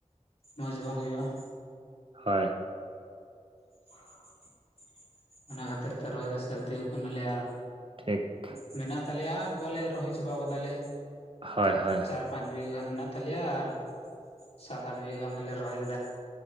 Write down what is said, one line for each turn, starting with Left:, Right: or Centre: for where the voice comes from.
Left: ᱢᱚᱡᱽ ᱵᱟᱝ ᱦᱩᱭᱩᱜᱼᱟ ᱾
Right: ᱦᱳᱭ
Left: <inaudible> ᱚᱱᱟ ᱠᱷᱟᱹᱛᱤᱨ ᱛᱮ ᱨᱚᱦᱚᱭ ᱫᱚ ᱥᱟᱹᱨᱫᱤ ᱠᱟᱱᱟᱞᱮ ᱟᱨ
Right: ᱴᱷᱤᱠ
Left: ᱢᱮᱱᱟᱜ ᱛᱟᱞᱮᱭᱟ ᱟᱨ ᱵᱟᱞᱮ ᱨᱚᱦᱚᱭ ᱪᱟᱵᱟᱣ ᱠᱟᱫᱟᱞᱮ ᱾
Right: ᱦᱳᱭ ᱦᱳᱭ
Left: ᱪᱟᱨ ᱯᱟᱸᱪ ᱵᱤᱜᱷᱟᱹ ᱜᱟᱱ ᱢᱮᱱᱟᱜ ᱛᱟᱞᱮᱭᱟ ᱟᱨ ᱥᱟᱛ ᱟᱴ ᱵᱤᱜᱷᱟᱹ ᱜᱟᱱ ᱫᱚᱞᱮ ᱨᱚᱦᱚᱭ ᱠᱮᱫᱟ ᱾